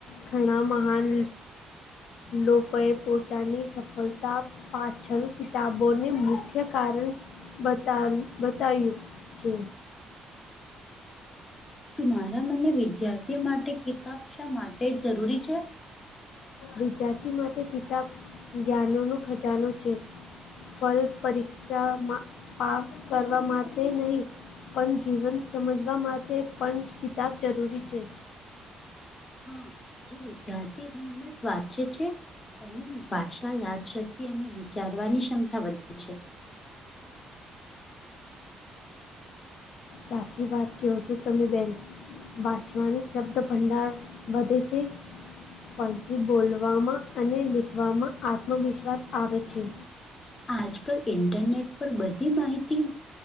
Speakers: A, on the left; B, on the left.
A: ઘણા મહાન લોકોએ પોતાની સફળતા પાછલ કિતાબોને મુખ્ય કારણ બતાનું બતાયું છે.
B: તું મારા મને વિદ્યાર્થી માટે કિતાબ શા માટે જ જરૂરી છે.
A: વિદ્યાર્થી માટે કિતાબ જ્ઞાનોનો ખજાનો છે. ફલ પરીક્ષામાં પાસ કરવા માટે નહીં પન જીવન સમજવા માટે પન કિતાબ જરૂરી છે.
B: હા જે વિદ્યાર્થી નિયમિત વાચે છે એની ભાષા, યાદશક્તિ અને વિચારવાની ક્ષમતા વધે છે.
A: સાચી વાત કયો છો તમે બેન. વાંચવાની શબ્દ ભંડાર વધે છે. પછી બોલવામાં અને લીખવામાં આત્મવિશ્વાસ આવે છે.
B: આજકાલ ઇન્ટરનેટ પર બધી માહિતી